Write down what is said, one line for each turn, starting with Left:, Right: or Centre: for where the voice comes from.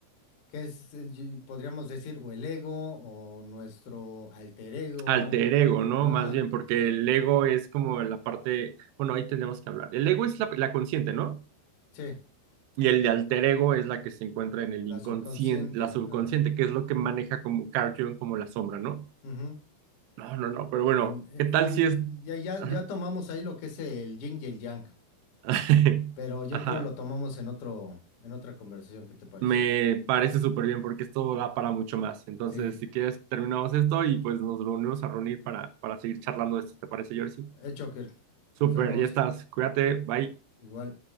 Left: que es, eh, y- podríamos decir, o el ego o nuestro alter ego.
Right: alter ego, ¿no?
Left: Ajá,
Right: Más bien, porque el ego es como la parte, bueno, ahí tenemos que hablar. El ego es la, la consciente, ¿no?
Left: sí,
Right: Y el de alter ego es la que se encuentra en el
Left: la
Right: inconsciente,
Left: subconsciente.
Right: la subconsciente,
Left: Ajá.
Right: que es lo que maneja como Carl Jung, como la sombra, ¿no?
Left: ujú.
Right: No, no, no, pero bueno,
Left: En- eh,
Right: ¿qué tal
Left: Y,
Right: si es...
Left: ya, ya,
Right: Ajá,
Left: ya tomamos ahí lo que es el yin y el yang,
Right: <laughs>
Left: pero yo
Right: Ajá.
Left: creo lo tomamos en otro, en otra conversación, ¿qué te parece?
Right: me parece súper bien porque esto da para mucho más. Entonces,
Left: Sí,
Right: si quieres, terminamos esto y pues nos reunimos a reunir para, para seguir charlando de esto, ¿te parece, Jersey?
Left: hecho que
Right: Súper,
Left: nos vemos
Right: ya estás, cuídate, bye.
Left: igual.